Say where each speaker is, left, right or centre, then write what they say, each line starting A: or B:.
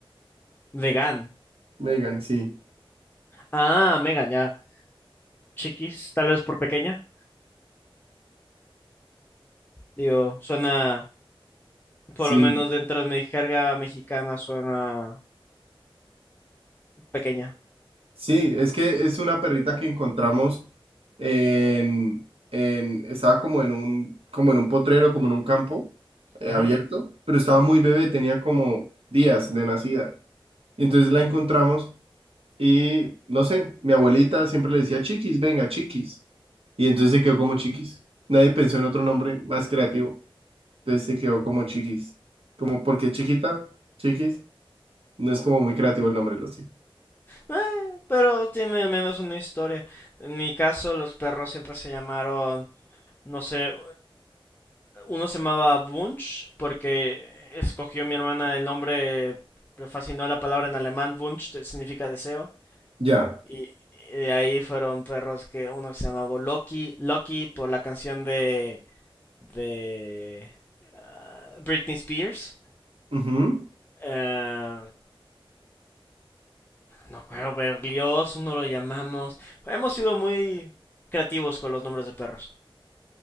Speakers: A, on the left; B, on the right.
A: Vegan.
B: Megan, sí.
A: Ah, Megan, ya. Chiquis, tal vez por pequeña. Digo, suena, por
B: Sí,
A: lo menos dentro de mi jerga mexicana, suena pequeña.
B: sí, es que es una perrita que encontramos en, en, estaba como en un, como en un potrero, como en un campo eh,
A: Ujú.
B: abierto, pero estaba muy bebé, tenía como días de nacida. Y entonces la encontramos y, no sé, mi abuelita siempre le decía, Chiquis, venga, Chiquis. Y entonces se quedó como Chiquis. Nadie pensó en otro nombre más creativo. Entonces se quedó como Chiquis. Como porque chiquita, Chiquis. No es como muy creativo el nombre, lo sigo.
A: Eh, pero tiene al menos una historia. En mi caso, los perros siempre se llamaron no sé, eh, uno se llamaba Wunsch porque escogió mi hermana el nombre, le fascinó la palabra en alemán, Wunsch te- significa deseo,
B: Ya.
A: y, y de ahí fueron perros que uno se llamaba Loki, Loki por la canción de, de ah, Britney Spears.
B: Ujú.
A: Eh, no acuerdo, Berlioz, uno lo llamamos. Hemos sido muy creativos con los nombres de perros.